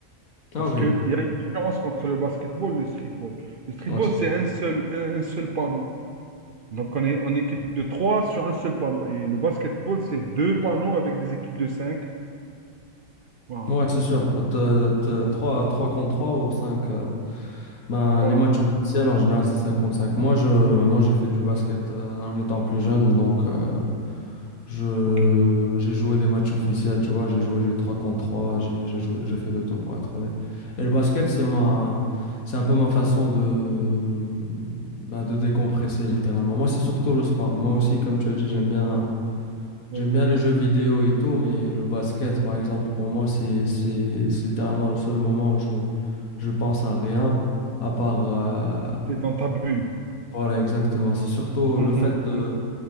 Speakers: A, on the left; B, on the right.
A: Ah
B: Parce
A: ok,
B: qu'il y a une différence entre le basketball et le streetball. Le streetball,
A: ouais, c'est
B: c'est
A: ça.
B: un seul, un, un seul panneau. Donc, on est en équipe de trois sur un seul panneau. Et le basketball, c'est deux panneaux avec des équipes de cinq. Voilà.
A: Ouais, c'est sûr. T'as- t'as 3, 3 contre 3 ou 5. euh, ben,
B: Voilà.
A: les matchs officiels, en général, c'est 5 contre 5. Moi, je, moi, j'ai fait du basket euh, en étant plus jeune. Donc, euh, je,
B: OK.
A: j'ai joué des matchs officiels, tu vois. J'ai joué du 3 contre 3. J'ai, j'ai joué, j'ai fait de tout, pour être honnête. Et le basket, c'est ma, c'est un peu ma façon de, ben, de décompresser, littéralement. Moi, c'est surtout le sport. Moi aussi, comme tu as dit, j'aime
B: Oui,
A: bien.
B: oui,
A: J'aime bien les
B: oui.
A: jeux vidéo et tout, mais le basket, par exemple, pour moi, c'est, c'est, c'est littéralement le seul moment où je, je pense à rien, à part... euh,
B: C'est dans ta bulle.
A: voilà, exactement. C'est surtout
B: Mhm,
A: le fait de,
B: mhm,